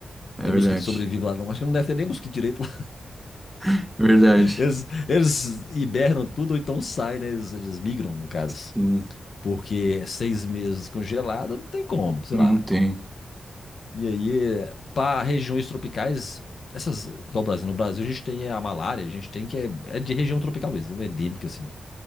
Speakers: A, in the centre; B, on the left (about 60°).
A: é
B: Não tem
A: verdade.
B: mosquito que sobrevive lá, não. Acho que não deve ter nem mosquito direito lá.
A: <laughs> Verdade.
B: <laughs> Eles, eles hibernam tudo, ou então saem, né? Eles, eles migram, no caso.
A: Sim,
B: Porque é seis meses congelado, não tem como, sei
A: não
B: lá.
A: tem.
B: E aí, para regiões tropicais, essas, igual o Brasil, no Brasil a gente tem a malária, a gente tem que é, é de região tropical mesmo, é endêmica assim.